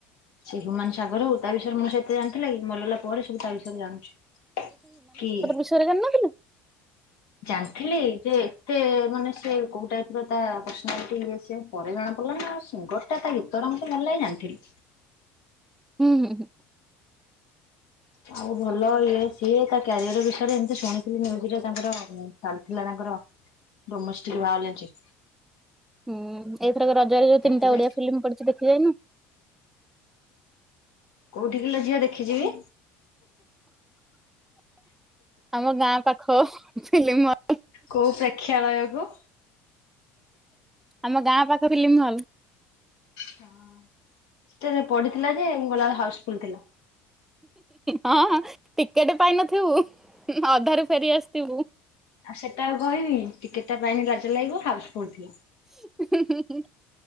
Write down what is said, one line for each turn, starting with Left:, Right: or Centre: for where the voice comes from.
Left: ସେ ହ୍ୟୁମାନ ସାଗର ହଉ ତା ବିଷୟରେ ମୁଁ ସେ ତେ ଜାଣିଥିଲେ କି ମରିଗଲା ପରେ ସବୁ ତା ବିଷୟରେ ଜାଣୁଛି। କି
Centre: ବିଷୟ ରେ ଜାଣିନଥିଲୁ?
Left: ଜାଣିଥିଲି, ଯେ ଏତେ ମାନେ ସେ କୋଉ ଟାଇପ ର ତା ପର୍ସନାଲିଟି ଇଏ ସିଏ ପରେ ଜଣା ପଡିଲା ନା। ସିଙ୍ଗର ଟା ତା ଗୀତରା ମତେ ଭଲ ଲାଗେ ଜାଣିଥିଲି।
Centre: ହୁଁ ହୁଁ ହୁଁ।
Left: ଆଉ ଭଲ ଇଏ ସିଏ ତା କ୍ୟାରିଅର ବିଷୟରେ ଏମତି ଶୁଣିଥିଲି ନ୍ୟୁଜ୍ ରେ ତାଙ୍କର ଚାଲିଥିଲା ତାଙ୍କର ଡୋମେଷ୍ଟିକ ଭାଓଲେନ୍ସ।
Centre: ହୁଁ ଏଇଥର ରଜରେ
Left: ସେତିକି
Centre: ତିିଟା ଓଡିଆ ଫିଲ୍ମ ପଡିଛି ଦେଖି ଯାଇନୁ?
Left: କୋଉଠି କିଲୋ ଝିଅ ଦେଖି ଯିବି?
Centre: ଆମ ଗାଁ ପାଖ। ଫିଲ୍ମ ହଲ୍
Left: କୋଉ ପ୍ରେକ୍ଷାଳୟକୁ?
Centre: ଆମ ଗାଁ ପାଖ ଫିଲ୍ମି ହଲ୍।
Left: ହଁ ସେ ପଢିଥିଲା ଯେ ମୁଁ ଗଲା ବୋଳୁକୁ ହାଉସଫୁଲୁ ଥିଲା।
Centre: ହଁ ଟିକେଟେ ପାଇନଥିବୁ ଅଧାରୁ ଫେରି ଆସିଥିବୁ।
Left: ଆଉ ସେଟା ଆଉ କହିବିନି ଟିକେଟ ଟା ପାଇନି ଲାଜ ଲାଗିବ ହାଉସୁ ଫୁଲୁ ଥିଲେ।
Centre: ହଁ ହଁ ହଁ।